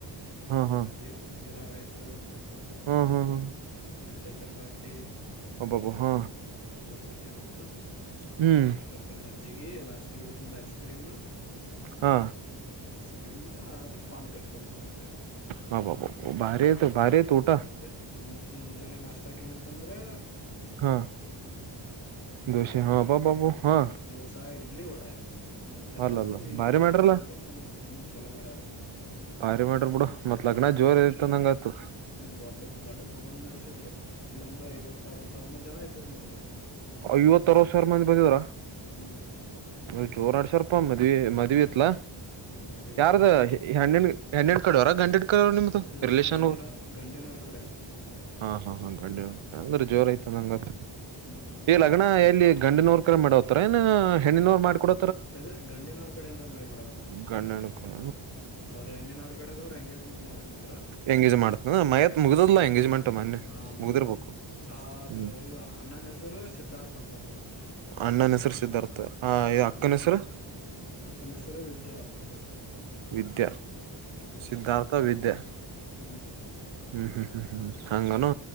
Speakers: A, on the right (about 75°); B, on the left (about 30°).
A: ಹಾ ಹಾ
B: ಜೀ ಜೀರಾ ರೈಸ್
A: ಹ್ಮ್ ಹ್ಮ್ ಹ್ಮ
B: ಮತ್ತ ಮೆಂತೆ ಚಪಾತಿ
A: ಹಬಬ ಹಾ
B: ಪಾಲಕ್ ಪನ್ನೀರ್ ಇತ್ತ
A: ಹ್ಮ್
B: ಮತ್ತೆ ಮಜ್ಜಿಗೆ ಲಾಸ್ಟ್ಗೆ ಹೋಗುತ್ಮುಂದ ಐಸ್ ಕ್ರೀಮ್
A: ಹಾ
B: ಐಸ್ ಕ್ರೀಮು ಅಂದ್ರೆ ಪಾನ್ ಕಟ್ಟ ಕೊಟ್ರ ಮತ್ತೆ
A: ಹಭಭ ಬಾರಿ ಬಾರಿ ಐತ ಊಟ
B: ಮತ್ತೆ ಮುತ್ ಮುಂಜಾನೆ ನಾಷ್ಟಕ ಏನಿತಂದ್ರೆ
A: ಹಾ ದೋಸೇ ಹಾ ಬ ಬಬ ಹಾ
B: ದೋಸಾ ಇಡ್ಲಿ ವಡಾ ಇತ್ತ ಮೂರ್ ತರ
A: ಅಲ್ಲಲ್ಲ
B: ಇತ್ತು ನೀ
A: ಭಾರಿ
B: ಯಾವ್ದ್
A: ಮಾಡ್ರಲ್ಲ
B: ಬೇಕತ್ ಅನೋದ ಹ್ಮ್ ಚಲೋ ಮಾಡ್ಯಾರ
A: ಬಾರಿ ಮಾಡ್ರ ಬಿಡು ಮತ್ ಲಗ್ನ
B: ಹ್ಮ್
A: ಜೋರ್ ಇತ್ತ ಅನಂಗ ಆತು
B: ಹ್ಮ್ ದೊಡ್ಡ ದೊಡ್ಡ ಪ್ರಮಾಣ ನಡೆಸಿದ್ರು ಇಲ್ಲಾಂದ್ರ ಐವತ್ತ ಅರವತ್ ಸಾವಿರ ಮಂದ ಜನ ಇದ್ರು ನೋಡ ಇವತ್ತ
A: ಐವತ್ತ ಅರವತ್ ಸಾವಿರ ಮಂದಿ ಬಂದಿದಾರ
B: ಹ್ಮ್
A: ನ ಜೋರಾ ನಾಡಸ್ಯರ ಮದ್ವಿ ಮದ್ವಿ ಇತ್ಲಾ
B: ಹ್ಮ್ ಮದ್ವತ್ತು
A: ಯಾರದ
B: ದೊಡ್ಡ ಕೆಪ್
A: ಹೆಣ್ಣಿ ಹೆಣ್ಣಿನ ಕಡೆಯವರ ಗಂಡಿನ ಕಡೆಯವರ ನಿಮ್ದು
B: ಇಲ್ಲ
A: ರಿಲಷನ್ರು
B: ಗಂಡಿನವ್ರ ಗಂಡಿನವ್ರ ಕಡೆದ
A: ಹಾ ಹಾ ಹಾ ಗಂಡಿನ ಕಡೆ ಅಂದ್ರ ಜೋರ ಅಂದಂಗ ಐತು
B: ಹ್ಮ್
A: ಈ ಲಗ್ನ ಎಲ್ಲಿ ಗಂಡಿನವ್ರ ಕ ಮಾಡೋತಾರ ಏ ಹೆಣ್ಣಿನವ್ರು ಮಾಡ್ಕೊಡ
B: ಅದ ಗಂಡಿನವ್ರ ಕಡೆ ಅಂದ್ರ ಮಾಡಿ ಕೊಡತ್ತಾರ
A: ಗಣಂಡ ಎಡಕಣ
B: ಅವ್ರ ಹೆಣ್ಣಿನವ್ರ ಕಡೆದ್ರವರ ಎಗೇಜ್ಮೆಂಟ್ ಮಾಡತನಂದ್ರ
A: ಎಂಗೇಜ್ ಮಾಡ್ತನ
B: <inaudible>
A: ಮಯತ್ ಮುಗ್ದದ್ಲಾ ಎಂಗೇಜ್ಮೆಂಟ್ ಮೊನ್ನೆ
B: ಹಾ ಮುಗದೇತಿ
A: ಮುಗ್ದಿರ್ಬೇಕು
B: <inaudible> ಆಗ
A: ಹ್ಮ್
B: ಅನ್ನಾನ ಹೆಸರ್ ಸಿದ್ಧಾರ್ಥಅಂತ ತಂದ
A: ಅಣ್ಣ ನ ಹೆಸರ ಸಿದ್ದಾರ್ಥ ಹ
B: ಹ್ಮ್
A: ಅಕ್ಕನ ಹೆಸರ
B: ಅಕ್ಕನ ಹೆಸರ ವಿದ್ಯಾ ಆ ತಂದು
A: ವಿದ್ಯಾ
B: ಹ್ಮ್
A: ಸಿದ್ಧಾರ್ಥ ವಿದ್ಯಾ
B: ಹ್ಮ್
A: ಹ್ಮ್ ಹ್ಮ್ ಹ್ಮ್ ಹ್ಮ್ ಹಂಗನು